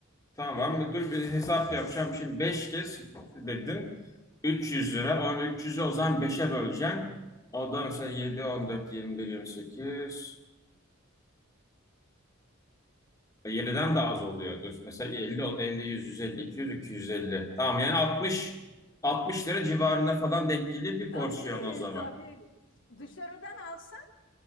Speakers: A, on the left (about 15°); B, on the left (about 65°).
A: tamam
B: Evet.
A: dur bir hesap yapacağım. Şimdi beş kez dedin. üç yüz lira. O 300'ü o zaman beşe böleceksin. O da mesela yedi on dört yirmi bir yirmi sekiz 7'den daha az oluyordur. Mesela elli elli yüz yüz elli iki yüz iki yüz elli Tamam yani altmış 60 lira civarına falan denk gelir bir
B: Tabii
A: porsiyon o zaman.
B: <laughs> tabii. Dışarıdan alsan